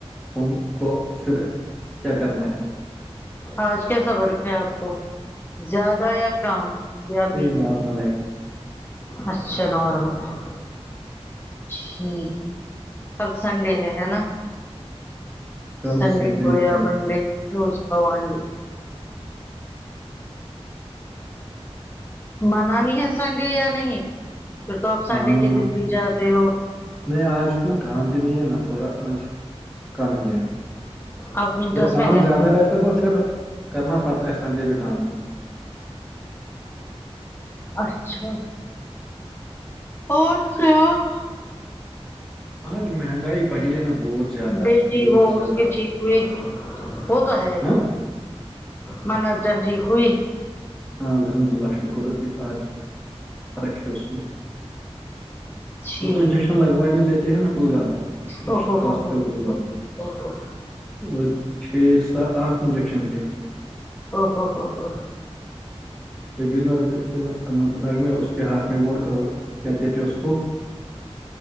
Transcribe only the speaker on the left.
آج کیسا ورک ہے آپ کو زیادہ یا کم یا میڈیم
اچھا نارمل ہے ٹھیک کل سنڈے ہے ہے نا
سنڈے ہویا
منڈے روز کھاؤ انڈے منانی ہے سنڈے یا نہیں اب سنڈے
کے دن بھی جاتے ہو
آپ ونٹرس
میں گئے
نہیں
اچھا اور سناؤں
بیٹی
وہ
اس کی ٹھیک ہوئی وہ تو ہے ہی
منر جن ٹھیک ہوئی
چھی
او ہو ہو ہو ہو او ہو
او ہو ہو ہو